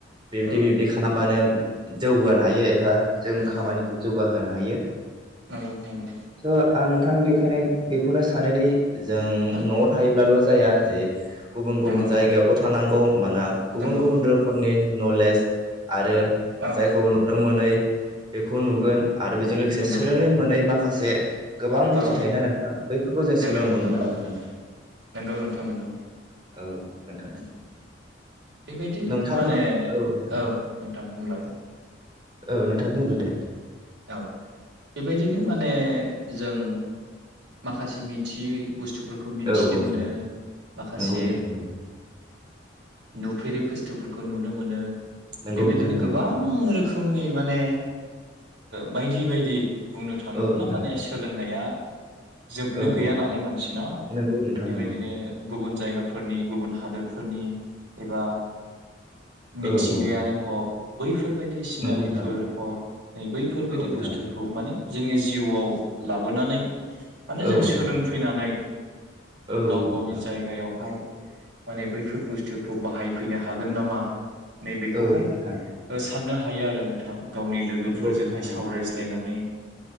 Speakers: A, on the right; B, on the right.
A: बिबिदि
B: औ
A: बिबिदि खालामबानो जौगानो हायो एबा जों
B: नंगौ
A: खामानिखौ जौगा होनो हायो।
B: नंगौ नंगौ।
A: थ' आं नोंथां बेखायनो बेखौनो सानोदि जों
B: नंगौ
A: न'आव थायोब्लाल' जाया जे गुबुन
B: नंगौ
A: गुबुन जायगायावबो थांनांगौ होमबाना गुबुन
B: नंगौ
A: गुबुन रोखोमनि नलेज आरो
B: औ
A: जायखौ नुनो मोनै बेखौ नुगोन आरो बेजों लोगोसे
B: नंगौ
A: सोलोंनो मोनै माखासे गोबां बुस्थु
B: औ
A: थायोना नोंथां बैफोरखौ जों
B: नंगौ
A: सोलोंनो मोनगोन
B: नंगौ
A: आरो नोंथां।
B: नंगौ नोंथां नंगौ
A: औ नोंथां।
B: नंगौ बेबायदिनो
A: नोंथाङा
B: माने
A: नोंथां
B: औ नोंथां बुंलाय।
A: औ नोंथाङा बुंग्रो दे।
B: औ बेबायदिनो माने जों माखासे मिथियै बुस्थुफोरखौ मिथिनो
A: औ औ नोंथां
B: मोनो माखासे
A: नंगौ नोंथां नंगौ
B: नुफेरि बुस्थुफोरखौ नुनो मोनो
A: नंगौ
B: बेबायदिनो
A: नोंथां नंगौ
B: गोबां रोखो मनि माने बायदि बायदि बुंनो थाङोब्ला
A: औ नोंथां
B: माने सोलोंनाया जोबनो
A: औ
B: गैया
A: औ
B: नालाय मानसिनाव
A: नंगौ नोंथां
B: बेबायदिनो
A: नंगौ
B: गुबुन जायगाफोरनि गुबुन हादोरफोरनि एबा मिथिंगायानो
A: औ औ
B: हक बैफोरबायदि सिनारिफोर
A: नंगौ नोंथां
B: हक नै बैफोरबायदि
A: औ नोंथां
B: बुस्थुखौ माने जोंनि जिउआव लाबोनानै माने
A: औ
B: जों
A: नोंथां
B: सोलोंफैनानै
A: औ
B: गाव
A: नोंथां
B: गावनि जायगायावहाय माने बैफोर बुस्थुखौ बाहायफैनो हागोन नामा नैबेखौहाय
A: औ नोंथां
B: साननो हायो आरो नोंथां गावनि लोगो
A: नंगौ
B: फोरजोंहाय
A: नोंथां नंगौ
B: सावरायज्लायनानै